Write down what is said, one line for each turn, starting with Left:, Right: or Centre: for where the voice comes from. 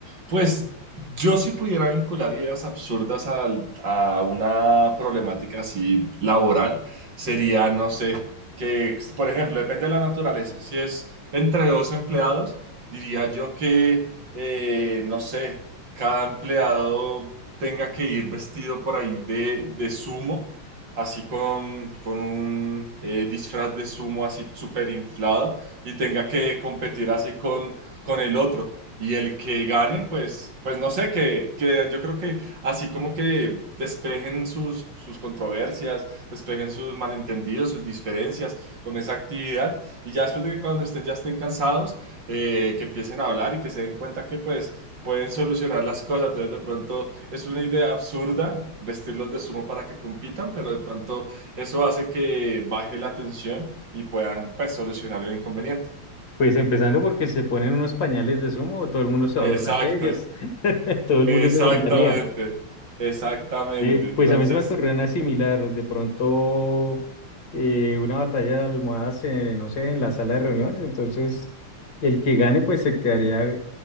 Right: Pues yo si pudiera vincular ideas absurdas al- a una problemática así laboral, sería, no sé, que, por ejemplo, depende de la naturaleza. Si es entre dos empleados, diría yo que, eh, no sé, cada empleado tenga que ir vestido por ahí de, de sumo, así con, con un eh, disfraz de sumo así súper inflado y tenga que competir así con, con el otro. Y el que gane, pues, pues no sé, que, que yo creo que así como que despejen sus, sus controversias, despejen sus malentendidos, sus diferencias con esa actividad y ya después de que cuando estén, ya estén cansados, eh, que empiecen a hablar y que se den cuenta que pues pueden solucionar las cosas. Entonces, de pronto es una idea absurda vestirlos de sumo para que compitan, pero de pronto eso hace que baje la tensión y puedan pues, solucionar el inconveniente.
Left: Pues empezando porque si se ponen unos pañales de sumo, todo el mundo se va
Right: Exacto,
Left: a burlar de ellos. <laughs> Todo
Right: exactamente,
Left: el mundo se burlaría.
Right: exactamente.
Left: Eh,
Right: Entonces,
Left: pues a mí se me ocurrió una similar, de pronto eh, una batalla de almohadas, eh, no sé, en la sala de reuniones, entonces el que gane pues se quedaría,